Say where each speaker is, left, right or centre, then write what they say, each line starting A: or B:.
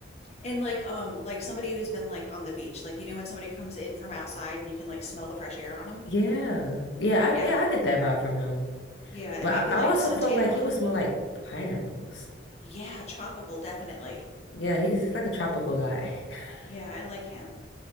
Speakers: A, on the left (about 35°); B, on the left (about 80°).
A: And like um like somebody who's been like on the beach, like you know when somebody comes in from outside and you can like smell the fresh air on them?
B: Yeah. Yeah,
A: Yeah.
B: I yeah, I get that vibe from him.
A: Yeah, and
B: But
A: maybe
B: I,
A: like
B: I also
A: suntan
B: felt like
A: oil.
B: he would smell like pineapples.
A: Yeah, tropical, definitely.
B: Yeah, he's like a tropical guy. <laughs>
A: Yeah, I like him.